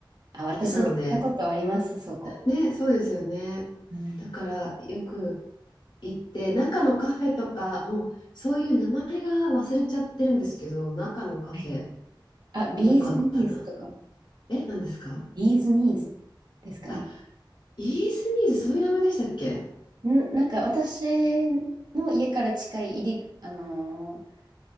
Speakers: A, on the right; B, on the left.
A: あ、私も行ったことあります、
B: 行ってたので、
A: そこ。
B: ね、そうですよね。
A: はい。
B: だからよく行って、中のカフェとか、もうそういう名前が忘れちゃってるんですけど、中のカフェ、
A: はいあ、ビーズニーズとか。
B: よかったな。え、何ですか
A: ビーズニーズですかね。
B: あ、イーズニーズ、そういう名前でしたっけ
A: ん、なんか私の家から近い入り、あのー